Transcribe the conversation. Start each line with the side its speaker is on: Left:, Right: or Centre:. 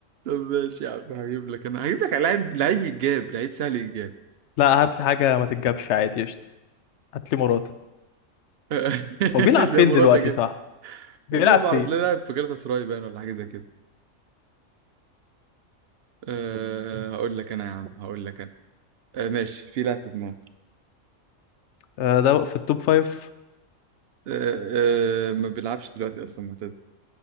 Right: طب ماشي يا عم هجيب لك انا هجيب لك لعيب لعيب يتجاب لعيب سهل يتجاب
Left: لا هات لي حاجه ما تتجابش عادي قشطه هات لي مراته
Right: <laughs>
Left: هو بيلعب
Right: زي
Left: فين
Right: مراته
Left: دلوقتي
Right: كده
Left: صح بيلعب
Right: والله ما
Left: فين
Right: اعرف ليه لاعب في galatasaray باين ولا حاجه زي كده أه هقول لك انا يا عم هقول لك انا أه ماشي في لاعب في دماغي
Left: آه ده في التوب فايف
Right: أه أه ما بيلعبش دلوقتي اصلا معتزل